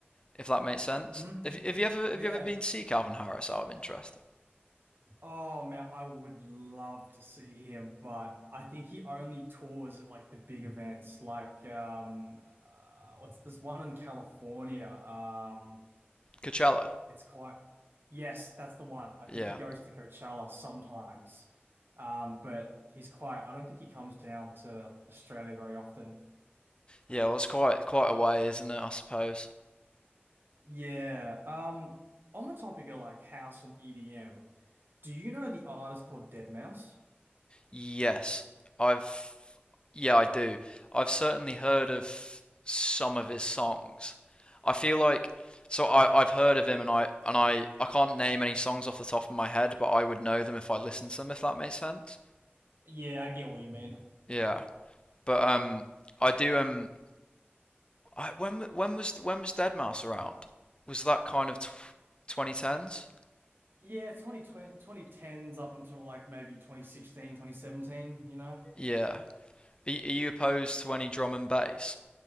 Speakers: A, on the left; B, on the right.
A: If that makes sense.
B: hmm
A: Have, have you ever have
B: Yeah.
A: you ever been to see Calvin Harris out of interest?
B: Oh man, I would love to see him, but I think he only tours at like the big events, like um, uh, what's this one in California? Um,
A: Coachella.
B: it's quite yes, that's the one. I think
A: Yeah,
B: he goes to Coachella sometimes, um, but he's quite. I don't think he comes down to Australia very often.
A: yeah. Well, it's quite quite a way, isn't it? I suppose.
B: Yeah. Um, on the topic of like house and EDM, do you know the artist called Dead Mouse?
A: Yes, I've yeah, I do. I've certainly heard of some of his songs. I feel like so I I've heard of him and I and I I can't name any songs off the top of my head, but I would know them if I listened to them, if that makes sense.
B: Yeah, I get what you mean.
A: Yeah, but um, I do um, I when when was when was Dead Mouse around? Was that kind of twenty tens?
B: Yeah, 2020, up until like maybe 2016, 2017. you know.
A: Yeah. Are, y- are you opposed to any drum and bass?